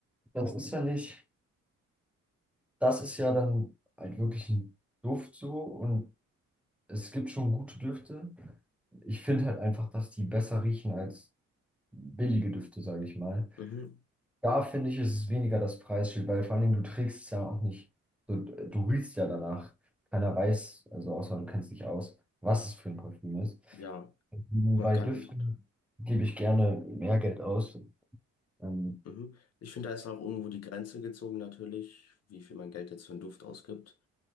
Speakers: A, in the centre; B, on the left (about 55°).
A: das ist ja nicht, das ist ja dann halt wirklich ein Duft so und es gibt schon gute Düfte. Ich finde halt einfach, dass die besser riechen als billige Düfte, sage ich mal.
B: mhm,
A: Da finde ich, ist es weniger das Preisschild, weil vor allen Dingen du trägst es ja auch nicht. Du, du riechst ja danach. Keiner weiß, also außer du kennst dich aus, was es für ein Parfüm ist.
B: ja,
A: Mhm,
B: man
A: Bei
B: kann,
A: Düften gebe ich gerne mehr Geld aus. Ähm,
B: mhm. Ich finde, da ist auch irgendwo die Grenze gezogen natürlich, wie viel man Geld jetzt für einen Duft ausgibt.